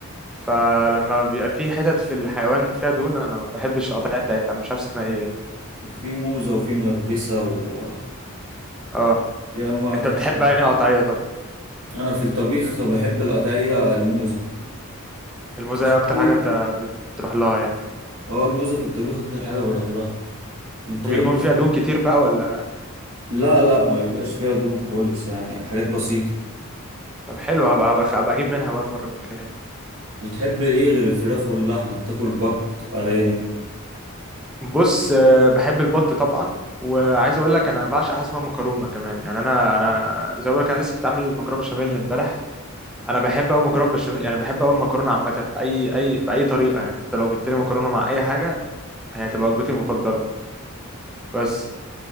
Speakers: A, in the centre; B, on the right (about 85°).
A: فلما بيبقى في حتت في الحيوان فيها دهون انا ما بحبش القطعيه بتاعتها انا مش عارف اسمها ايه يعني
B: في موزة وفي ملبسة وفي
A: اه
B: أنواع
A: انت
B: كتير
A: بتحب يعني قطعيه طب
B: أنا في الطبيخ بحب القطعية الموزة
A: الموزاية
B: في الشوي
A: اكتر حاجه انت بتروح لها يعني
B: اه الموزة في الطبيخ أكتر حاجة بروح لها أنت
A: وبيكون
B: إيه بتحب؟
A: فيها دهون كتير بقى ولا
B: لا لا ما بيبقاش فيها دهون خالص يعني حاجات بسيطة
A: طب حلو هبقى هبقى هبقى اجيب منها بقى المره الجايه
B: بتحب إيه غير الفراخ واللحمة بتاكل بط أرانب
A: بص آه، بحب البط طبعا وعايز اقول لك انا بعشق حاجه اسمها مكرونه كمان يعني انا انا زي ما بقول لك انا لسه كنت عامل مكرونه بشاميل امبارح انا بحب قوي مكرونه بشاميل يعني بحب قوي المكرونه عامه في اي اي باي طريقه يعني انت لو جبت لي مكرونه مع اي حاجه هي هتبقى وجبتي المفضله بس